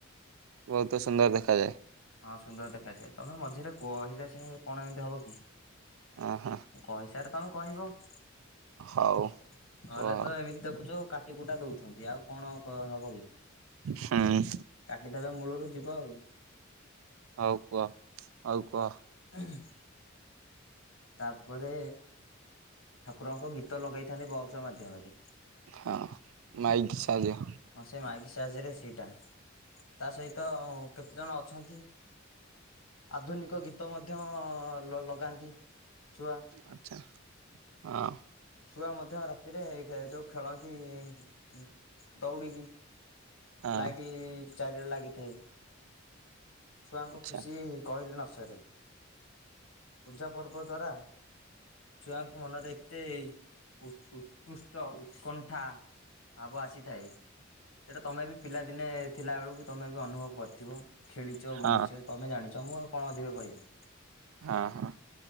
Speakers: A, on the right (about 80°); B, on the left (about 80°).
A: ବହୁତ ସୁନ୍ଦର ଦେଖାଯାଏ।
B: ହଁ ସୁନ୍ଦର ଦେଖାଯାଏ ତମେ ମଝିରେ କହିଲେ ସେ କଣ ଏମିତି ହବ କି?
A: ଅଁ ହ।
B: କହିସାର ତମେ କହିବ ନ
A: ହଉ କୁହ
B: ହେଲେ
A: ଆଉ।
B: ତ ଏମିତି ଦେଖୁଚ କାଟିକୁୁଟା ଦଉଛନ୍ତି ଆଉ କଣ କ ହବ କି
A: ହୁଁ
B: କାଟିିଦେବେ ମୂଳରୁ ଯିବ ଆଉ।
A: ଆଉ କୁଅ ଆଉ କ?
B: <unintelligible> ତାପରେ ଠାକୁରଙ୍କ ଗୀତ ଲଗେଇଥାନ୍ତି ବକ୍ସ ମାଧ୍ୟମରେ।
A: ହଁ ମାଇକି ସାହାଯ୍ୟ।
B: ହଁ ସେ ମାଇକି ସାହାଯ୍ୟରେ ସେଇଟା ତା ସହିତ କେତେଜଣ ଅଛନ୍ତି ଆଧୁନିକ ଗୀତ ମଧ୍ୟ ଲ ଲଗାନ୍ତି। ଛୁଆ।
A: ଆଚ୍ଛା ହଁ
B: ଛୁଆ ମଧ୍ୟ ରାତିରେ ଗେ ଯୋଉ ଖେଳନ୍ତି ଉଁ ଦୌଡ଼ିକି।
A: ହଁ
B: ଲାଇଟି ଚାରିଆଡେ ଲାଗିଥାଏ ଛୁଆଙ୍କ
A: ଆଚ୍ଛା
B: ଖୁସି କହିଲେ ନସରେ। ପୂଜା ପର୍ବ ଦ୍ଵାରା ଛୁଆଙ୍କ ମନରେ ଏତେ ଉତ୍ ଉତ୍କୃଷ୍ଟ ଉତ୍କଣ୍ଠା। ଭାବ ଆସିଥାଏ ଏଇଟା ତମେ ବି ପିଲାଦିନେ ଥିଲାବେଳୁକୁ ତମେ ବି ଅନୁଭବ କରିଥିବ। ଖେଳିଚ
A: ହଁ
B: ବୁଲିଛ ତମେ ଜାଣିଛ ମୁଁ ଆଉ କଣ ଅଧିକ କହିବି?
A: ହଁ ହ।